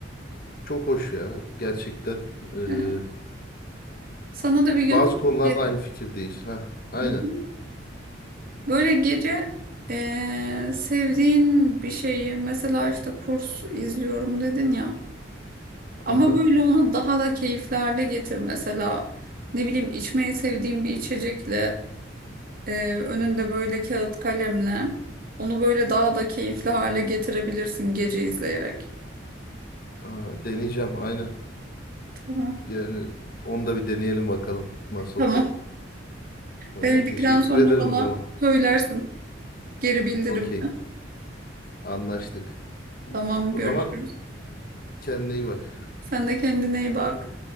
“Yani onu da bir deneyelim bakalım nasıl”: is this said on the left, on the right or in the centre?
Left